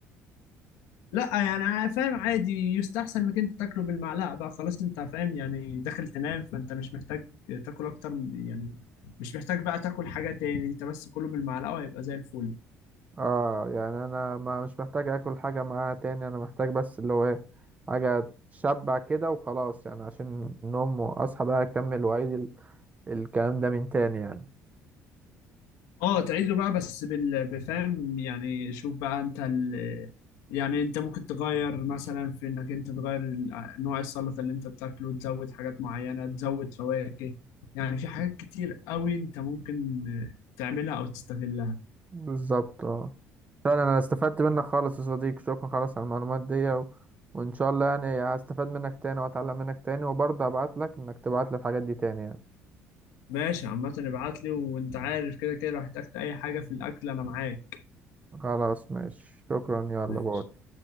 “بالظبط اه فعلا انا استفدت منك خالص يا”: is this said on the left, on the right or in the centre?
Right